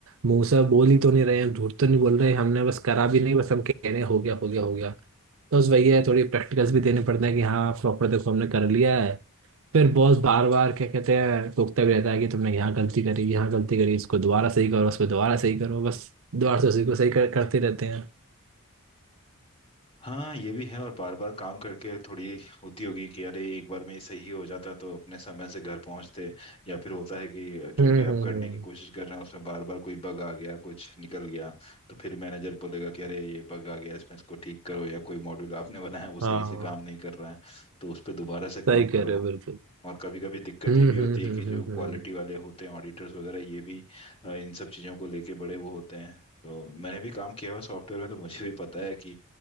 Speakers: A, on the right (about 65°); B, on the left (about 25°).
A: मुंह से बोल ही तो नहीं रहे हैं झूठ तो नहीं बोल रहे हमने बस करा भी नहीं बस हम कह रहे हैं हो गया हो गया हो गया तो बस
B: हम्म।
A: वही है थोड़ी प्रैक्टिकल्स भी देने पड़ते हैं कि हाँ प्रॉपर देखो हमने कर लिया है फिर बॉस बार बार क्या कहते हैं टोकता भी रहता है कि तुमने यहाँ गलती करी यहाँ गलती करी इसको दोबारा सही करो उसको दोबारा सही करो बस दोबारा से उसी को सही कर, करते रहते हैं
B: हाँ ये भी है और बार बार काम करके थोड़ी होती होगी कि अरे एक बार में ये सही हो जाता तो अपने समय से घर पहुंचते या फिर होता है कि जो
A: हम्म
B: भी आप
A: हम्म
B: करने
A: हम्म
B: की कोशिश कर रहे हैं उसमें बार बार कोई बग आ गया कुछ निकल गया तो फिर मैनेजर बोलेगा कि अरे ये बग आ गया इसमें इसको ठीक करो या कोई मॉड्यूल आपने बनाया वो
A: हाँ
B: सही से काम नहीं कर रहा है तो उस पर दोबारा से
A: सही
B: काम
A: कह
B: करो
A: रहे हो बिल्कुल
B: और कभी कभी दिक्कत
A: हम्म
B: ये भी होती
A: हम्म
B: है
A: हम्म
B: कि जो
A: हम्म हम्म।
B: क्वालिटी वाले होते हैं ऑडिटर्स वगैरह ये भी अ, इन सब चीज़ों को लेके बड़े वो होते हैं तो मैंने भी काम किया हुआ सॉफ्टवेयर में तो मुझे भी पता है कि